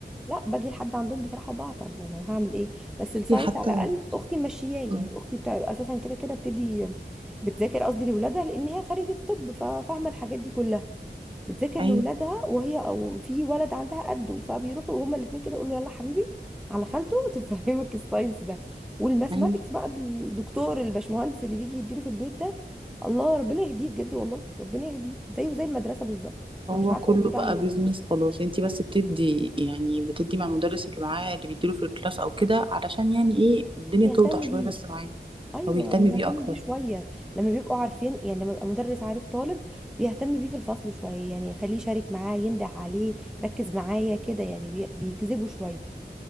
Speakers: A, in the centre; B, on the right.
A: لا باجي لحد عندهم بصراحة بعطل يعني أنا هعمل إيه بس
B: بصي
A: الساينس
B: حتى
A: على الأقل أختي ماشياه
B: م.
A: يعني أختي بتاع أساسا كده كده بتدي بتذاكر قصدي لولادها لأن هي خريجة طب ففاهمة الحاجات دي كلها بتذاكر
B: ايوه
A: لولادها وهي او في ولد عندها قده فبيروحوا هما الاثنين كده يقولوا له يلا حبيبي على خالته <laughs> تفهمك الساينس ده والماثماتكس
B: ايوه
A: بقى الدكتور الباشمهندس اللي بيجي يديله في البيت ده الله ربنا يهديه بجد والله ربنا يهديه زيه زي المدرسه بالظبط
B: هو
A: انا مش عارفه
B: كله
A: المفروض
B: بقى
A: اعمل ايه
B: بيزنس خلاص انتي بس بتدي يعني بتدي مع المدرس اللي معاه اللي بيديله في الكلاس او كده علشان يعني ايه الدنيا
A: يهتم
B: توضح شويه
A: بيه
B: بس معاه
A: ايوه
B: او يهتم
A: ويهتم
B: بيه اكتر
A: بيه شويه لما بيبقوا عارفين يعني لما يبقى مدرس عارف طالب بيهتم بيه في الفصل شويه يعني يخليه يشارك معاه ينده عليه ركز معايا كده يعني بي- بيجذبه شويه